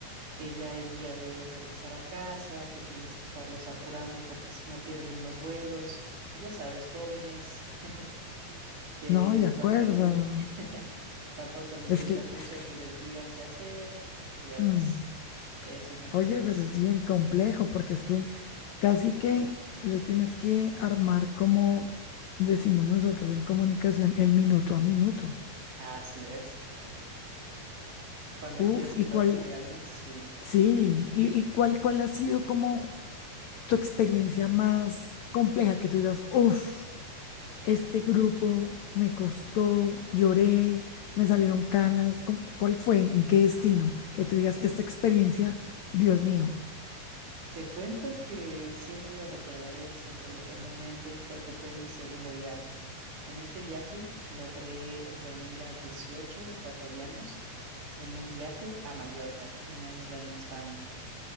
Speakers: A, on the right (about 55°); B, on the left (about 80°).
A: que ya es día de regresar a casa, que tienes que estarlos apurando porque si no pierden los vuelos. Ya sabes, jóvenes <laughs> que
B: No, de acuerdo.
A: tampoco, <laughs> tampoco les
B: Es
A: gusta
B: que,
A: mucho
B: es que-
A: que les digan qué hacer. Dios,
B: mm.
A: es un estrés.
B: Oye, pero es bien complejo porque es que casi que tú le tienes que armar como decimos nosotros en comunicación, el minuto a minuto.
A: Así es, Cuando
B: Uf,
A: quieres que
B: ¿y
A: todo
B: cuál?
A: salga bien, sí.
B: Sí, ¿y, y cuál, cuál ha sido como tu experiencia más compleja que tú digas, uf, este grupo me costó, lloré, me salieron canas? ¿cu- ¿Cuál fue? ¿En qué destino? Que tú digas, esta experiencia, Dios mío.
A: Te cuento que siempre lo recordaré, siempre lo tengo en mente, porque fue mi segundo viaje. En este viaje logré reunir a 18 ecuatorianos en un viaje a Mallorca, una isla en España.